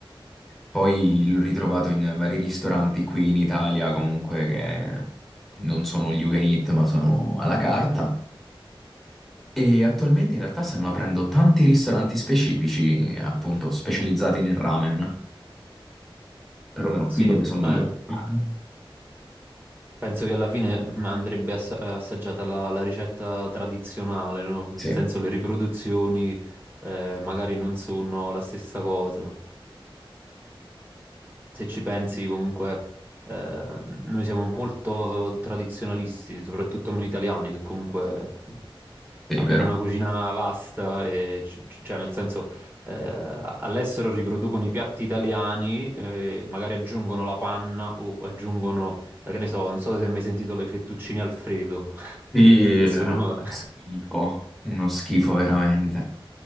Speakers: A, in the centre; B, on the right.
A: Poi l'ho ritrovato in vari ristoranti qui in Italia, comunque che non sono gli you can eat, ma sono alla carta. E attualmente in realtà stanno aprendo tanti ristoranti specifici, appunto, specializzati nel ramen, perlomeno
B: sì,
A: qui dove sono
B: eh.
A: io. <laughs>
B: Penso che alla fine mm, andrebbe assa- eh, assaggiata la, la ricetta tradizionale, no? Nel
A: Sì,
B: senso le riproduzioni eh, magari non sono la stessa cosa se ci pensi comunque eh, noi siamo molto tradizionalisti, soprattutto noi italiani, che comunque eh,
A: sì,
B: abbiamo
A: vero.
B: una cucina vasta, e ci- ci- cioè nel senso eh, all'estero riproducono i piatti italiani, eh, magari aggiungono la panna o aggiungono, eh, che ne so, non so se hai mai sentito le fettuccine Alfredo,
A: Sì,
B: <laughs> che
A: eh,
B: sono... <laughs>
A: Schifo, uno schifo veramente.